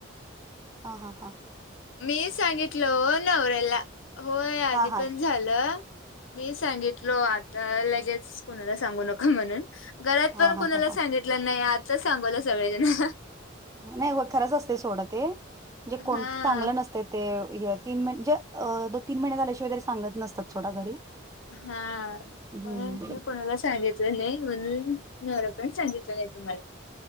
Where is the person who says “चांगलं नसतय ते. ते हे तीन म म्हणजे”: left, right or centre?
Right